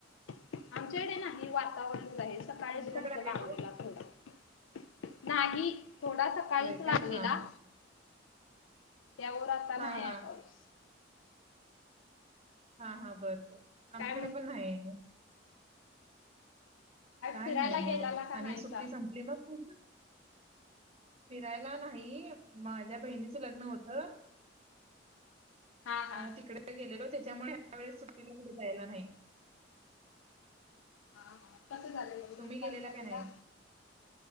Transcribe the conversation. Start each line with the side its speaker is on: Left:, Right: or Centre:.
Left: आमच्याकडे नाही हे वातावरण आहे सकाळीच
Right: तुमच्याकडे
Left: फक्त
Right: आहे
Left: लागलेला
Right: हो?
Left: थोडा नाही. थोडा सकाळीच
Right: होय काय?
Left: लागलेला.
Right: हां.
Left: त्यावर आता नाही
Right: हां,
Left: हाय
Right: हां.
Left: पाऊस.
Right: हा, हा. बरं, बरं.
Left: काय
Right: आमच्याकडे पण नाही. काय
Left: फिरायला
Right: नाही
Left: गेलाला
Right: मग
Left: का
Right: आणि
Left: नाहीसा
Right: सुट्टी संपली मग तुमची? फिरायला -- नाही. माझ्या बहिणी -- च लग्न होतं.
Left: हा हा
Right: अ तिकडे गेलेलो. तेच्यामुळे ह्या वेळेस सुट्टीला कुठं जायला नाही.
Left: हा हा कसं झालं लग्न?
Right: तुम्ही गेलेला
Left: छान झालं
Right: नाही?
Left: का?